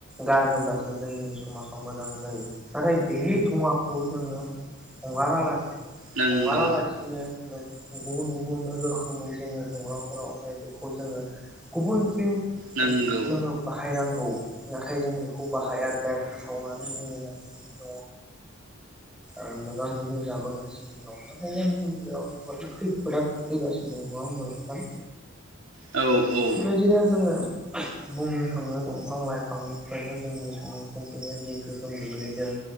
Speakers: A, in the centre; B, on the right.
A: गारहोब्लासो जोंनि समाजाव मोजां जायो नाथाय बेनि धुङाखौ जोङो हगारालास
B: नोंगौ
A: हगारा लासिनो मो गुबुन गुबुन रोखोमै जोङो धंङाफोरावहाय बेखौ जोङो गुबुनथिं ओ
B: नोंगौ
A: जोङो बाहायनांगौ। नाथाय जों बेख खौ बाहाया औ सावनानै <unintelligible> ओ मोगा-मोगि जाबोगासिनो दं नाथाय जोंनि गेजेराव खैफोदा खोख्लैगासिनो दं नङा होमबा नोंथां?
B: औ औ
A: बेबायदिनो जोङो बुंनो थाङो दंफां लाइफांनिफ्रायबो जोंनि समाव बेबायदि गोहोम गोग्लैदों